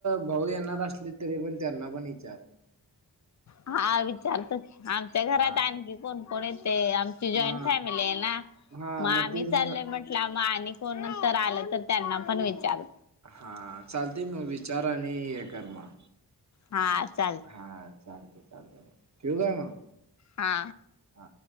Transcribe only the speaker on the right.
भाऊ येणार असले, तरी पण त्यांना.. पण विचार
हा
हा
हा
तेच
मग
हा चालतय मग विचार आणि हे कर.. मग
हा चालतंय चालतंय. ठेवू काय मग?
हा